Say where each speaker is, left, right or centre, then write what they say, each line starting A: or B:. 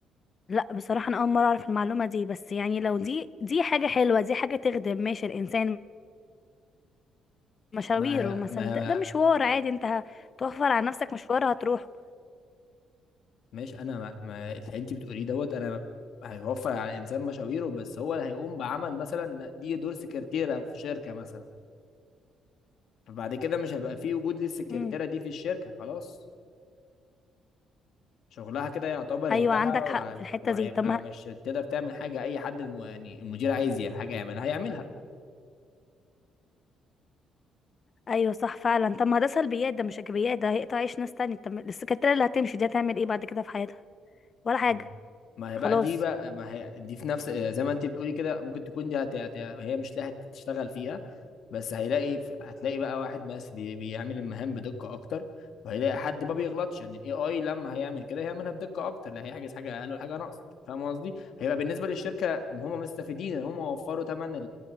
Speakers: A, on the left (about 40°); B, on the left (about 65°).
A: لا بصراحة أنا أول مرة أعرف المعلومة دي بس يعني لو دي دي حاجة حلوة دي حاجة تخدم ماشي الإنسان مشاويره
B: ما
A: مثلا
B: ما
A: ده, ده مشوار عادي أنت هتوفر على نفسك مشوار هتروحه
B: ماشي انا ما, ما اللي انت بتقوليه دوت انا هيوفر على الانسان مشاويره بس هو اللي هيقوم بعمل مثلا دي دور سكرتيره في شركه مثلا فبعد كده مش هيبقى في وجود للسكرتيره
A: مم.
B: دي في الشركه خلاص شغلها كده يعتبر
A: أيوة
B: انتهى
A: عندك
B: وهيبقى,
A: حق في الحتة
B: وهيبقى
A: دي طب ما
B: مش تقدر تعمل حاجه اي حد الم... يعني المدير عايز يع- حاجه يعملها هيعملها
A: أيوة صح فعلا طب ما ده سلبيات ده مش إيجابيات ده هيقطع عيش ناس تانية طب السكرتيرة اللي هتمشي دي هتعمل إيه بعد كده في حياتها ولا حاجة
B: م. ما هي
A: خلاص
B: بقى دي بقى ما هي دي في نفس زي ما انت بتقولي كده ممكن تكون دي هت... هت... هي مش لاقيه تشتغل فيها بس هيلاقي هتلاقي بقى واحد بس بي- بيعمل المهام بدقة أكتر وهيلاقي حد ما بيغلطش يعني الاي اي لما هيعمل كده هيعملها بدقة أكتر لا هيحجز حاجة أقل ولا حاجة ناقص فاهم قصدي؟ هيبقى بالنسبة للشركة هم مستفيدين إن هم وفروا ثمن